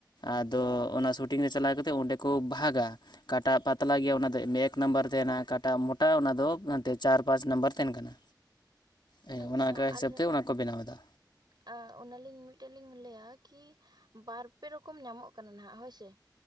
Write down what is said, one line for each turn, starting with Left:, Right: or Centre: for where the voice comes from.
Left: ᱟᱫᱚ ᱚᱱᱟ ᱥᱩᱴᱤᱝ ᱨᱮ ᱪᱟᱞᱟᱣ ᱠᱟᱛᱮ ᱚᱸᱰᱮ ᱠᱚ ᱵᱷᱟᱜ-ᱟ ᱚᱠᱟᱴᱟᱜ ᱯᱟᱛᱞᱟ ᱜᱮᱭᱟ ᱚᱱᱟ ᱫᱚ ᱮᱢ ᱮᱠ ᱱᱟᱢᱵᱟᱨ ᱛᱟᱦᱮᱱᱟ ᱚᱠᱟᱴᱟᱜ ᱢᱚᱴᱟᱼᱟ ᱚᱱᱟ ᱫᱚ ᱦᱟᱱᱛᱮ ᱪᱟᱨ ᱯᱟᱸᱪ ᱱᱟᱢᱵᱟᱨ ᱛᱟᱦᱮᱱ ᱠᱟᱱᱟ ᱦᱮᱸ
Right: ᱟᱪᱪᱷᱟ
Left: ᱚᱱᱟ ᱟᱸᱠᱟᱣ
Right: ᱟᱨ
Left: ᱦᱤᱥᱟᱹᱵ ᱛᱮ ᱚᱱᱟ ᱠᱚ ᱵᱮᱱᱟᱣ ᱮᱫᱟ
Right: ᱟ.. ᱚᱱᱟᱞᱤᱧ ᱢᱤᱫᱴᱮᱱ ᱞᱤᱧ ᱞᱟᱹᱭᱟ ᱠᱤ ᱵᱟᱨ ᱯᱮ ᱨᱚᱠᱚᱢ ᱧᱟᱢᱚᱜ ᱠᱟᱱᱟ ᱱᱟᱦᱟᱜ ᱦᱳᱭ ᱥᱮ